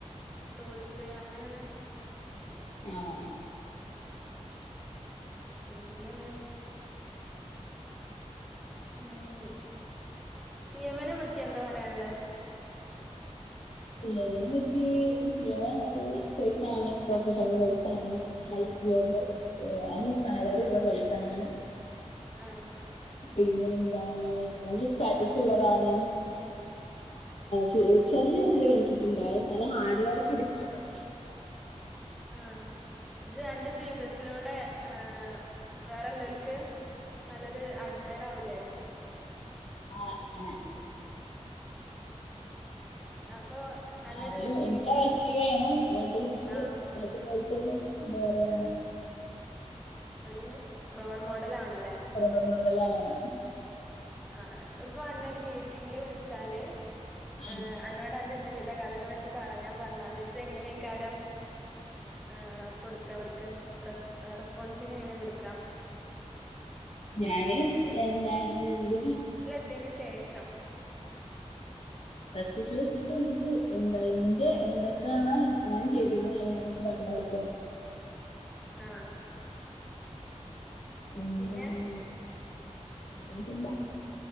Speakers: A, in the centre; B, on the left.
A: റൂൾസ് അങ്ങനെയാണ്.
B: ഏഹ്
A: പിന്നേ ഏഹ് സി എമ്മിനെ പറ്റി എന്താ പറയാൻള്ളെ
B: സി എമ്മിനെ പറ്റി സി എം നല്ല കൊയ്സാണ് പ്രൊഫഷണൽ കൊയ്സാണ് ഹൈ ജോബ് ഹൈ സാലറിള്ള പൈസാണ്
A: ആഹ്
B: പിന്നെ എന്താണ് നല്ല സ്റ്റാറ്റസ് ള്ളതാണ് ഫ്യൂച്ചർല്ല് നല്ല ബെനിഫിറ്റ് ണ്ടാവും നല്ല ഹാർഡ് വർക്ക് എടുക്കാൻ <unintelligible>
A: ആഹ് ജ്ജ് അന്റ ജീവിതത്തിലൂടെ ഏ വേറെല്ലോൽക്ക് നല്ലൊരു അഡ്മയർ ആവൂല്ലേ?
B: ആഹ് ആഹ്
A: അപ്പൊ അന്നൊരു
B: ആദ്യം
A: മീറ്റിംഗ്
B: എനിക്കച്ചീവയ്യണം ന്നട്ട് ൻക്ക്
A: ആഹ്
B: മറ്റുള്ളവർക്കൊരു എന്താ പറയ
A: ഒരു റോൾ മോഡൽ ആണല്ലേ
B: <unintelligible> മോഡലാണ്
A: ആ ഇപ്പൊ അന്നൊരു മീറ്റിങ്ങില് വിളിച്ചാല്
B: ആ
A: ഏഹ് അന്നോടന്റെ ജിവ് ത കഥനെ പറ്റി പറയാൻ പറഞ്ഞാല് ഇജെങ്ങനെയ്ക്കാരം. ഏഹ് കൊടുക്ക ഓൽക്ക് റസ് എഹ് റെസ്പോൺസിങ് എങ്ങനെ കൊടുക്കാ?
B: ഞാന് എന്താണ് ഇന്റെ ജീ
A: ത്തിന് ശേഷം. <inaudible>
B: സക്സസിലെത്തിട്ട് ഇൻക്ക് എന്താ ഇന്റെ എന്തൊക്കാണോ ഇ ഞാൻ ചെയ്തിരുന്ന്. കാര്യങ്ങളൊക്കെ പറഞടുക്കും.
A: ആഹ്.
B: എന്താണ്
A: പിന്നെ
B: അയ്‌ന്പ്പന്താ.